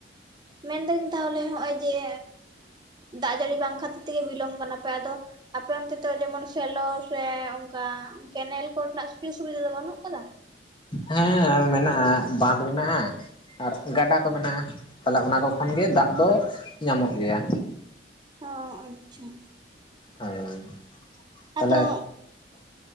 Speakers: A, on the right; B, on the left.
A: ᱢᱮᱱᱫᱟᱹᱤᱧ ᱛᱟᱦᱚᱞᱮ ᱦᱚᱜᱼᱚᱭ ᱡᱮ ᱫᱟᱜ ᱡᱟᱹᱲᱤ ᱵᱟᱝ ᱠᱷᱟᱹᱛᱤᱨ ᱛᱮᱜᱮ ᱵᱤᱞᱚᱢ ᱠᱟᱱᱟ ᱯᱮ ᱟᱫᱚ ᱟᱯᱮ ᱚᱱᱛᱮ ᱛᱚ ᱡᱮᱢᱚᱱ ᱥᱮᱞᱚ ᱥᱮ ᱚᱱᱠᱟ ᱠᱮᱱᱮᱞ ᱠᱚᱨᱮᱱᱟᱜ ᱥᱩᱡᱳᱜᱽ ᱥᱩᱵᱤᱫᱷᱟ ᱫᱚ ᱵᱟᱹᱱᱩᱜ ᱠᱟᱫᱟ?
B: ᱦᱮᱸ ᱢᱮᱱᱟᱜᱼᱟ ᱵᱟᱸᱫᱷ ᱢᱮᱱᱟᱜᱼᱟ ᱾ ᱟᱨ ᱜᱟᱰᱟ ᱠᱚ ᱢᱮᱱᱟᱜᱼᱟ ᱛᱟᱦᱚᱞᱮ ᱚᱱᱟ ᱠᱚ ᱠᱷᱚᱱ ᱜᱮ ᱫᱟᱜ ᱫᱚ ᱧᱟᱢᱚᱜ ᱜᱮᱭᱟ᱾
A: ᱚ ᱟᱪᱪᱷᱟ ᱾
B: <unintelligible> ᱛᱟᱦᱚᱞᱮ
A: ᱟᱫᱚ